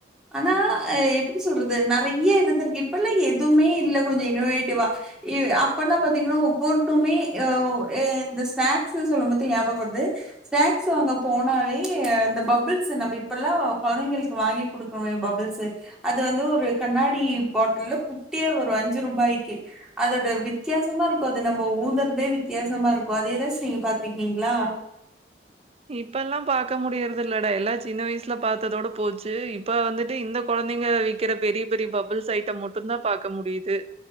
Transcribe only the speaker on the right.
இப்பல்லா பாக்க முடியறது இல்லடா எல்லா சின்ன வயசுல பாத்ததோட போச்சு இப்ப வந்துட்டு இந்த கொழந்தைங்க வைக்கிற பெரிய பெரிய பபுள் ஸ் ஐட்டம் மட்டுதா பாக்க முடியுது